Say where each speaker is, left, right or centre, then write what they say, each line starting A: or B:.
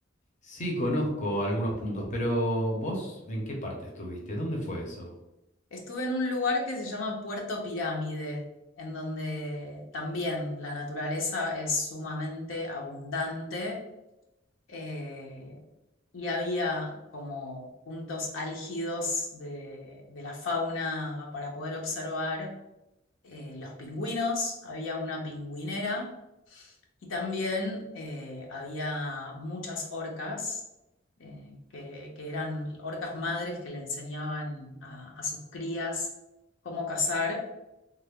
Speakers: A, on the left; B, on the left.
A: Sí, conozco algunos puntos, pero vos, ¿en qué parte estuviste? ¿Dónde fue eso?
B: Estuve en un lugar que se llama Puerto Pirámide, en donde también la naturaleza es sumamente abundante eh, y había como puntos álgidos de, de la fauna para poder observar eh, los pingüinos, había una pingüinera Y también eh, había muchas orcas, eh, que, que eran orcas madres que le enseñaban a, a sus crías cómo cazar.